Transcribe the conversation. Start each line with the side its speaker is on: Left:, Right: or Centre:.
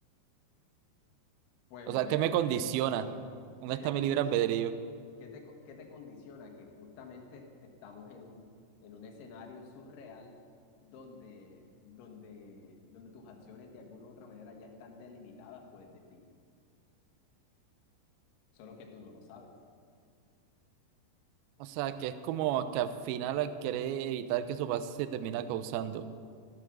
Left: Pues
Right: O sea,
Left: bueno,
Right: ¿qué me condiciona?
Left: o,
Right: ¿Dónde
Left: ¿qué
Right: está
Left: te
Right: mi
Left: condicio-
Right: libre albedrío?
Left: qué te, co- qué te condiciona? Que justamente estamos en un, en un escenario surreal donde, donde, donde tus acciones de alguna u otra manera ya están delimitadas por el destino, solo que tú no lo sabes.
Right: O sea, que es como que al final quiere evitar que eso pase, se termina causando.